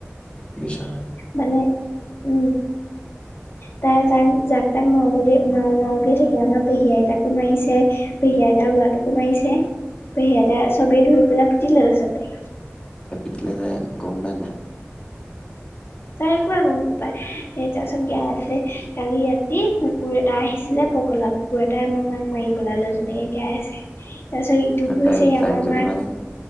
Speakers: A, on the left; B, on the left.
A: বিছনা।
B: মানে উম। তাই যাক যাক তাক মাও বুলি মাও মাওকে থাকে আমাৰ পেহী আইতাকো মাৰিছে পেহী আইতাৰ লৰাটোকো মাৰিছে পেহী আইত চবেই ধুই পেলাই পিতিলে তাৰছত তাই
A: ত পিতলে নাই গম পাই নাই?
B: তাই একোৱে গম নাপায় স তাৰপিছত গাই আছে কালি ৰাতি কুকুৰ এটা আহিছিলে পগলা কুকুৰ এটা আমাৰ মাক মাৰি পেলালে তেনেকে গাই আছে। তাৰ পিছত ইউটব
A: তাই তাইক
B: হৈছে
A: তাইক
B: আমাৰ
A: যদি
B: মাৰ
A: মানে